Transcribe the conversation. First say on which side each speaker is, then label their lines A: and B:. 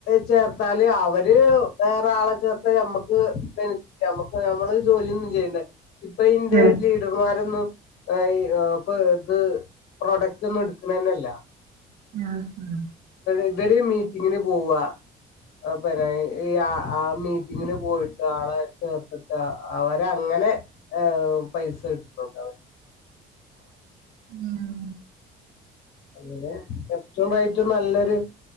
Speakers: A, on the left (about 80°); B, on the right (about 60°).
A: ചേർത്താല് അവര് വേറെ ആളെ ചേർത്തല് നമ്മ ക്ക് ബെനിഫിറ്റ ഞമ്മക്ക് നമ്മള് ജോലിയൊന്നും ചെയ്യണ്ട ഇപ്പ ഇന്റെ
B: ഉം
A: ലി റ്റർമാരൊന്നും ഈ ഇപ്പ ഇത് പ്രോഡക്റ്റ് ഒന്നും എടുക്കണ തന്നെ ഇല്ല
B: ഉം
A: ഇവര് മീറ്റിങ്ങിന് പോവ ആഹ് പിന്നെ ആഹ് ആഹ് മീറ്റിങ്ങിന് പോയി ട്ട് ആളെ ചേർത്തിട്ട് അവരങ്ങനെ ഇഹ് പൈസ കിട്ടുന്നുണ്ട് അവ
B: ഉം
A: അങ്ങനെ ലെഫ്റ്റും റൈറ്റും നല്ലൊരു